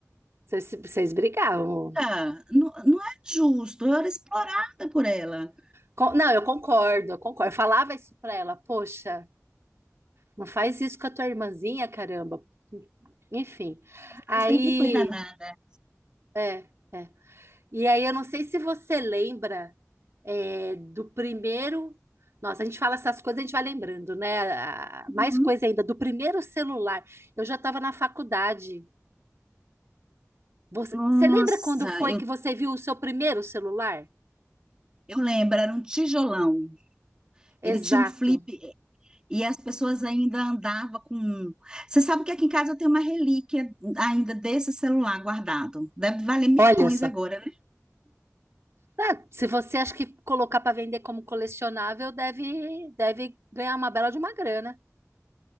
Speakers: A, on the right; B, on the right.
A: Vocês, vocês brigavam.
B: Ah, não, não é justo, eu era explorada por ela.
A: Com- não, eu concordo, eu concordo. Eu falava isso pra ela, poxa, não faz isso com a tua irmãzinha, caramba. Enfim. Aí.
B: Ela sempre foi danada.
A: É, é. E aí, eu não sei se você lembra é, do primeiro. Nossa, a gente fala essas coisas, a gente vai lembrando, né? A-
B: Uhum.
A: Mais coisa ainda, do primeiro celular. Eu já estava na faculdade. Você,
B: Nossa,
A: você lembra quando foi
B: eu
A: que você viu o seu primeiro celular?
B: Eu lembro, era um tijolão.
A: Exato.
B: Ele tinha um flip e as pessoas ainda andavam com. um. Você sabe que aqui em casa eu tenho uma relíquia ainda desse celular guardado. Deve valer milhões
A: Olha só.
B: agora, né?
A: Ah, se você acha que colocar para vender como colecionável, deve, deve ganhar uma bela de uma grana.